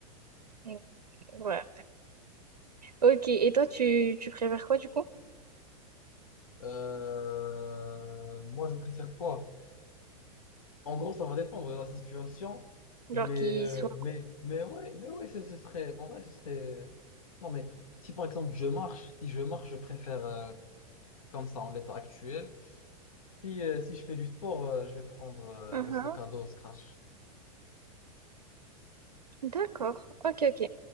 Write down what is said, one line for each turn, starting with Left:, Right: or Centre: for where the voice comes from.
Right: Mm, Ouais. Ok, et toi tu, tu préfères quoi du coup?
Left: Euh, moi, je préfère quoi? En gros, ça va dépendre de la situation.
Right: Genre
Left: Mais,
Right: qu'il
Left: euh,
Right: soit...
Left: mais, mais ouais, mais ouais, ce, ce serait. En vrai, ce serait. Non, mais si par exemple je marche, si je marche, je préfère. euh, comme ça en l'état actuel. Si, euh, si je fais du sport, euh, je vais prendre euh,
Right: Mhm.
Left: le sac à dos Scratch.
Right: D'accord, ok, ok.